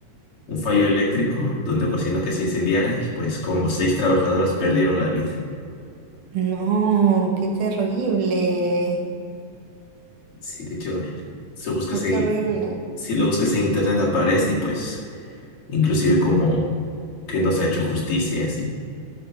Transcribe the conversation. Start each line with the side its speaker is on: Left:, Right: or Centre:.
Left: un fallo eléctrico donde ocasionó que se incendiara y pues como seis trabajadoras perdieron la vida.
Right: No, qué terrible.
Left: Sí, de hecho, si lo buscas
Right: No,
Left: ahí,
Right: qué horrible.
Left: si lo buscas en internet aparece y pues inclusive como que no se ha hecho justicia y así.